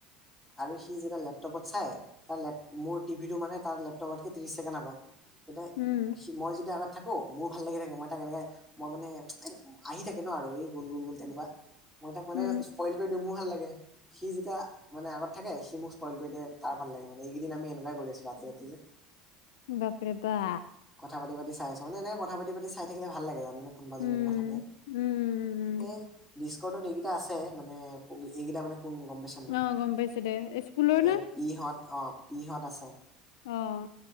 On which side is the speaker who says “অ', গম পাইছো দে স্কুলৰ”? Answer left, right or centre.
Left